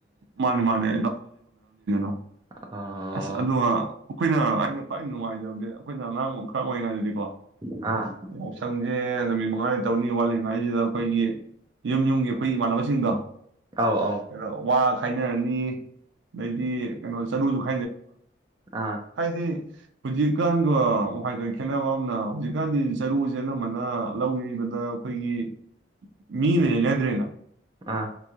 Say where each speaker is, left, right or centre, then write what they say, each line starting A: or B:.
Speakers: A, on the right (about 80°); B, on the right (about 25°).
A: ꯃꯥꯅꯦ ꯃꯥꯅꯦ <unintelligible>
B: ꯑꯥ
A: ꯑꯁ ꯑꯗꯨ ꯑ꯫ ꯑꯩꯈꯣꯏꯅ ꯑꯩꯅ ꯈ꯭ꯋꯥꯏ ꯅꯨꯡꯉꯥꯏꯖ꯭ꯕꯗꯤ ꯑꯩꯈꯣꯏꯅ ꯑꯉꯥꯡ ꯑꯣꯏ ꯈ ꯑꯣꯏꯅ ꯑꯗꯨꯗꯤꯀꯣ
B: ꯑꯥ
A: ꯌꯥꯎꯁꯪꯁꯦ꯫ ꯅꯨꯃꯤꯠ ꯃꯉꯥꯅꯤ ꯇꯧꯅꯤ ꯋꯥꯠꯂꯤꯉꯥꯏꯁꯤꯗ ꯑꯩꯈꯣꯏꯒꯤ ꯌꯨꯝ ꯌꯨꯝꯒꯤ ꯑꯩꯈꯣꯏ ꯏꯃꯥꯟꯅꯕꯁꯤꯡꯗꯣ
B: ꯑꯧ ꯑꯧ
A: ꯍꯂꯣ ꯋꯥ ꯈꯥꯏꯅꯔꯅꯤ ꯑꯗꯩꯗꯤ ꯀꯩꯅꯣ ꯆꯔꯨꯁꯨ <unintelligible>
B: ꯑꯥ
A: ꯍꯥꯏꯗꯤ ꯍꯧꯖꯤꯛꯀꯥꯟꯒ ꯍꯋꯥꯏꯒ ꯈꯦꯠꯅꯕ ꯑꯝꯅ ꯍꯧꯖꯤꯛꯀꯥꯟꯗꯤ ꯆꯔꯨꯁꯦ ꯑꯅꯝꯕꯅ ꯂꯧ ꯌꯩꯕꯗ ꯑꯩꯈꯣꯏꯒꯤ ꯃꯤꯅ ꯌꯩꯅꯗ꯭ꯔꯦꯅ꯫
B: ꯑ꯫